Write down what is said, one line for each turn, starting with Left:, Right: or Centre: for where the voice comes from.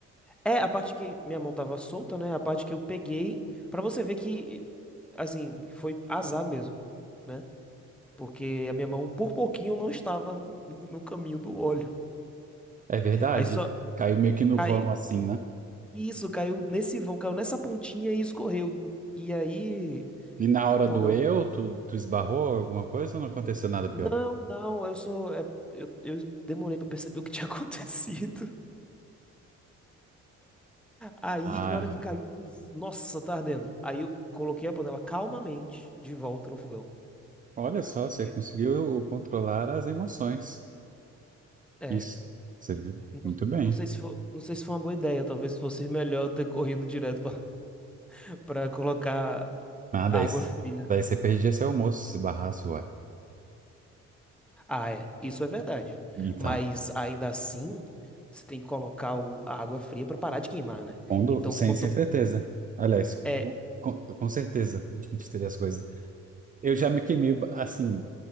Centre: É a parte que minha mão tava solta, né? A parte que eu peguei, pra você ver que assim, foi azar mesmo né? porque a minha mão por pouquinho não estava no no caminho do óleo.
Right: É verdade.
Centre: Aí só
Right: Caiu meio que no
Centre: caiu,
Right: vão, assim, né?
Centre: isso, caiu nesse vão, caiu nessa pontinha e escorreu. E aí,
Right: E na hora
Centre: pô,
Right: doeu,
Centre: eu,
Right: tu, tu esbarrou alguma coisa ou não aconteceu nada pior?
Centre: não, não, eu sou, é, eu, eu demorei pra perceber o que tinha <laughs> acontecido. Aí,
Right: Ah,
Centre: na hora que caiu, eu fiz, nossa, tá ardendo. Aí eu coloquei a panela calmamente de volta no fogão.
Right: olha só, você
Centre: Eu-
Right: conseguiu controlar as emoções.
Centre: É,
Right: Isso. Você viu?
Centre: não,
Right: Muito bem.
Centre: não sei se foi, não sei se foi uma boa ideia, talvez fosse melhor eu ter corrido direto pra <laughs> pra colocar
Right: Ah, daí,
Centre: água
Right: c-
Centre: fria.
Right: daí você perdia seu almoço se barrasse, ué.
Centre: Ah, é, isso é verdade.
Right: Então,
Centre: Mas ainda assim, você tem que colocar o- a água fria para parar de queimar, né?
Right: quando,
Centre: Então,
Right: sem,
Centre: quanto
Right: sem certeza. Aliás,
Centre: é,
Right: com, com com certeza a gente teria as coisas. Eu já me queimei, assim,